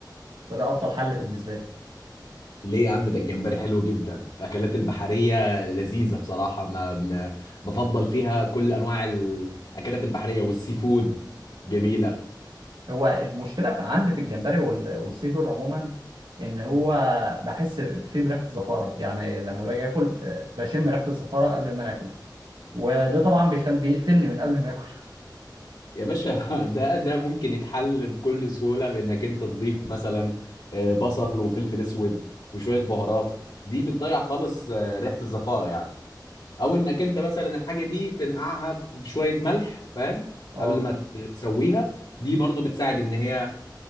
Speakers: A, on the right (about 85°); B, on the left (about 70°).
A: فده افضل حل بالنسبه لي
B: ليه يا عم ده الجمبري حلو جدا الاكلات البحريه لذيذه بصراحه ما ما- بفضل فيها كل انواع الاكلات البحريه والسي فود جميله
A: هو المشكله في عندي في الجمبري وال- والسي فود عموما ان هو بحس فيه بريحه زفاره يعني لما باجي اكل آه، بشم ريحه الزفاره قبل ما انا اكل وده طبعا بيخل بيقفلني من قبل ما اكل
B: يا باشا <laughs> ده ده ممكن يتحل بكل سهولة بإنك أنت تضيف مثلا آه، بصل وفلفل أسود وشوية بهارات دي بتضيع خالص آه، ريحة الزفارة يعني أو إنك أنت مثلا الحاجة دي تنقعها في شوية ملح فاهم
A: اه
B: قبل ما ت- تسويها دي برضو بتساعد إن هي